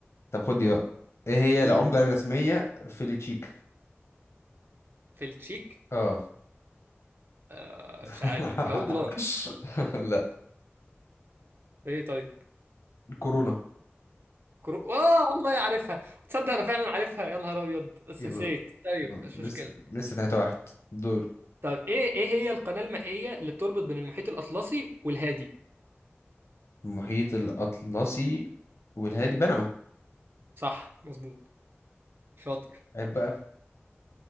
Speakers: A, on the left; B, on the right.
A: طب خد دي بقى ايه هي
B: قول
A: العملة الرسمية في التشيك؟
B: في التشيك
A: اه
B: آه،
A: <laughs>
B: مش عارف هقول دولار
A: لا
B: ايه طيب
A: الكورونا
B: كرو اه والله عارفها تصدق انا فعلا عارفها يا نهار ابيض بس
A: يلا
B: نسيت طيب
A: يلا.
B: مش
A: لسه
B: مشكله
A: لسه تلاتة واحد دور
B: طيب ايه ايه هي القناه المائيه اللي بتربط بين المحيط الاطلسي والهادي
A: المحيط الأطلسي والهادي بنما
B: صح مظبوط شاطر
A: عيب بقى